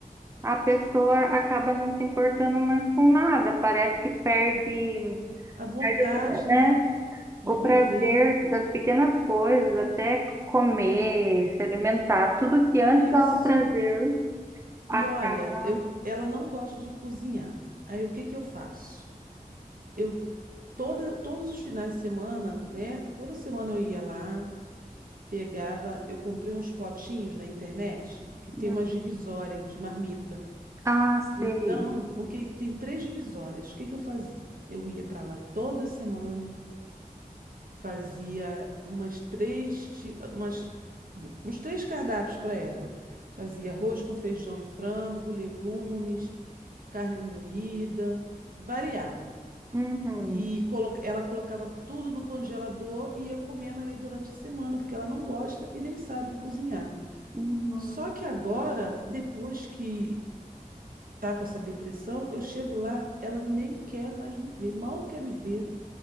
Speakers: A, on the right; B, on the right.
A: A pessoa acaba não se importando mais com nada, parece que perde,
B: A vontade,
A: perde o. pre-
B: né,
A: é,
B: de
A: O
B: viver,
A: prazer das pequenas coisas, até comer, se alimentar, tudo que
B: isso.
A: antes dava prazer, acaba.
B: E olha, eu, ela não gosta de cozinhar. Aí o que que eu faço? Eu toda, todos os finais de semana, né? Toda semana eu ia lá. Pegava, eu comprei uns potinhos na internet que tem
A: Hum,
B: uma divisória de marmita.
A: Ah,
B: Então,
A: sei.
B: o que tem três divisórias. O que que eu fazia? Eu ia para lá toda semana, fazia umas três, ti- umas, uns três cardápios para ela. Fazia arroz com feijão e frango, legumes, carne moída, variava.
A: Uhum,
B: E colo- ela colocava tudo no congelador e ia comendo ali durante a semana, porque ela não gosta e nem sabe cozinhar.
A: uhum,
B: Só que agora, depois que tá com essa depressão, eu chego lá, ela nem quer mais me ver, mal quer me ver,